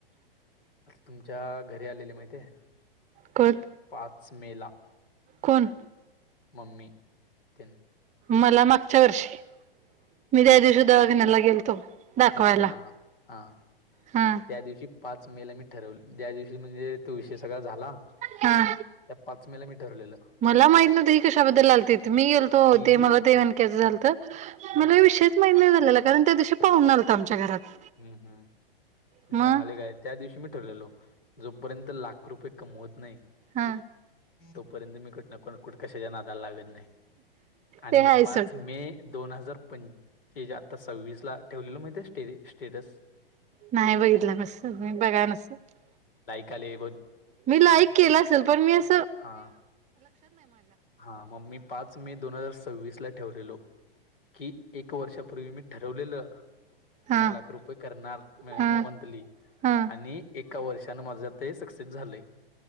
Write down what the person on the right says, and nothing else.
कोण
कोण
मला मागच्या वर्षी मी त्या दिवशी दवाखान्याला गेलतो दाखवायला
हा
हा
मला माहित नव्हतं ही कशाबद्दल आलतीत मी गेलतो
ते मला ते मणक्याचं झालतं
मला विषय यच माहीत नाही मला कारण त्या दिवशी पाहुणा आलता आमच्या घरात
मग
हा
ते
हाय
सोड
नाही बघितलं मसत बघा नसत
मी लाईक केलं असेल पण मी अस
हा
हा
हा